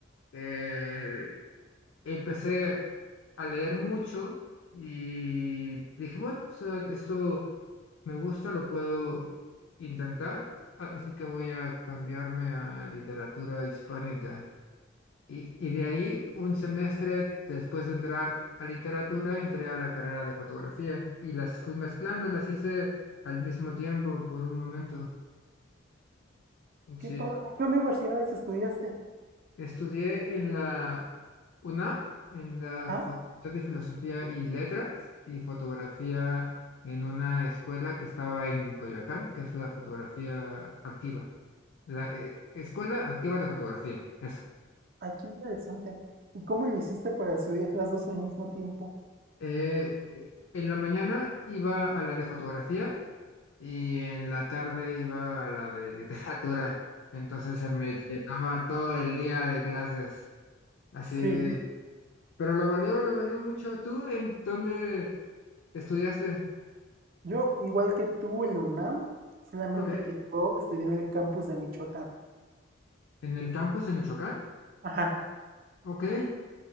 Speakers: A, on the left (about 70°); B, on the right (about 45°).
A: eh, empecé a leer mucho y dije, bueno, o sea, esto me gusta, lo puedo intentar, a- así que voy a cambiarme a literatura hispánica. Y, y de ahí, un semestre después de entrar a literatura, entré a la carrera de fotografía y las fui mezclando, las hice al mismo tiempo por un momento. Sí,
B: Qué padre. ¿En ¿Qué universidades estudiaste?
A: estudié en la UNAM, en la
B: Ajá.
A: Facultad de Filosofía y Letras y fotografía en una escuela que estaba en Coyoacán, que es la fotografía activa, la eh, Escuela Activa de Fotografía, eso.
B: Ay, qué interesante. ¿Y cómo le hiciste para estudiar las dos al mismo tiempo?
A: Eh, eh, en la mañana iba a la de fotografía y en la tarde iba a la de literatura. Entonces se me llenaba todo el día de clases. Así,
B: Sí,
A: pero lo valió, lo valió mucho. ¿Tú en dónde estudiaste?
B: yo igual que tú en la UNAM, solamente
A: Ok.
B: que yo estudié en el campus de Michoacán.
A: ¿En el campus de Michoacán?
B: Ajá.
A: Ok. ¿Y,